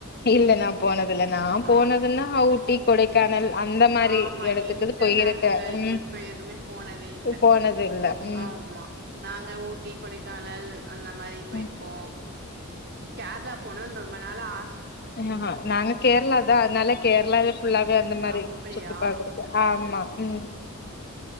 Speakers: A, on the left; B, on the right.
A: இல்ல நான் போனதில்ல நான் போனதுன்னா
B: ஆ
A: ஊட்டி கொடைக்கானல் அந்த மாரி
B: ஆமா
A: எடத்துக்கு
B: இன்டர்நேஷ்னல்
A: போயிருக்கே ம்
B: ட்ரிப் எதுவுமே போனதே இல்ல
A: போனது இல்ல ம்
B: ஆமா நாங்க ஊட்டி கொடைக்கானல் அந்த மாதிரி போயிருக்கோம்
A: ம்
B: கேரளா போணும்னு ரொம்ப நாள் ஆ
A: ஆ நாங்க கேரள தான் அதனால கேரளாவே ஃபுல்லாவே அந்த மாரி
B: அப்படியா
A: சுத்தி பாக்குறது ஆமா ம்